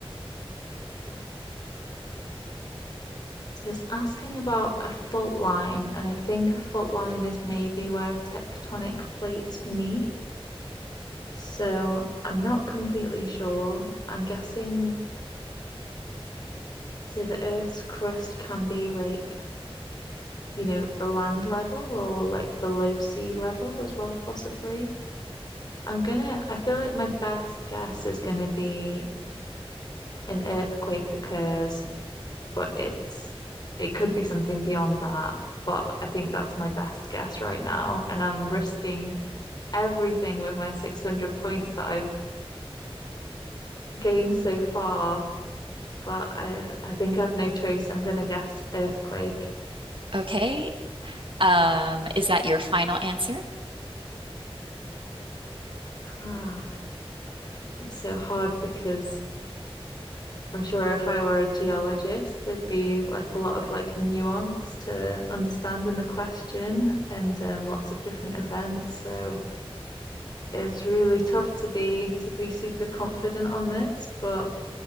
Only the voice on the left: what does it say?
Mhm. So it's asking about a fault line, and I think a fault line is maybe where tectonic plates meet. So I'm not completely sure. I'm guessing so the Earth's crust can be like, you know, the land level or like below sea level as well, possibly. I'm gonna, I feel like my best guess is gonna be an earthquake occurs but it's it could be something beyond that. But I think that's my best guess right now. And I'm risking everything with my 600 points that I've gained so far. But I, I think I have no choice. I'm going to guess earthquake.
<sighs> It's so hard because I'm sure if I were a geologist, there'd be like a lot of like nuance to understand in the question and um, lots of different events. So it's really tough to be to be super confident on this, but